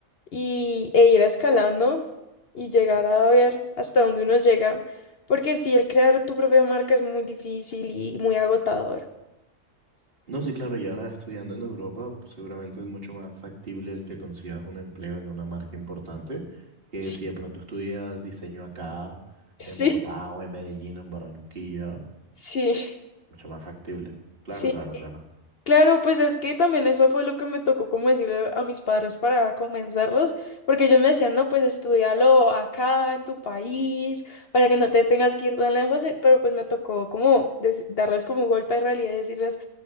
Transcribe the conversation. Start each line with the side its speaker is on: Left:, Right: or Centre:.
Left: y, e ir escalando y llegar a ver hasta dónde uno llega, porque si el crear tu propia marca es muy difícil y muy agotador.
Right: No, sí, claro, y ahora estudiando en Europa, seguramente es mucho más factible el que consigas un empleo en una marca importante que
Left: Sí,
Right: si de pronto estudias diseño acá,
Left: sí,
Right: en Bogotá o en Medellín, en Barranquilla,
Left: Sí,
Right: mucho más factible. Claro,
Left: sí.
Right: claro, claro.
Left: Claro, pues es que también eso fue lo que me tocó como decirle a mis padres para comenzarlos porque ellos me decían, no, pues estudialo acá en tu país, para que no te tengas que ir tan lejos, eh, pero pues me tocó como des- darles como un golpe de realidad y decirles,